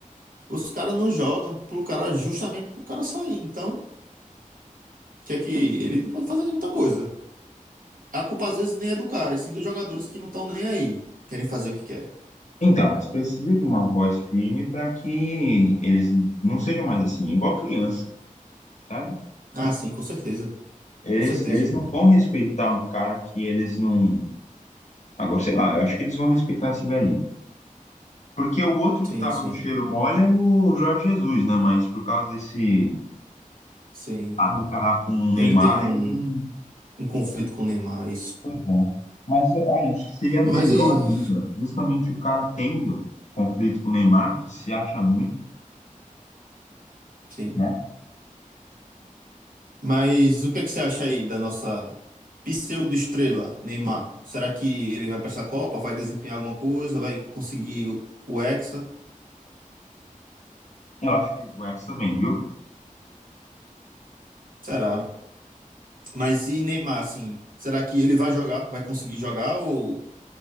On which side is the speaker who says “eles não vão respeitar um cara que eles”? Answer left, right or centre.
Left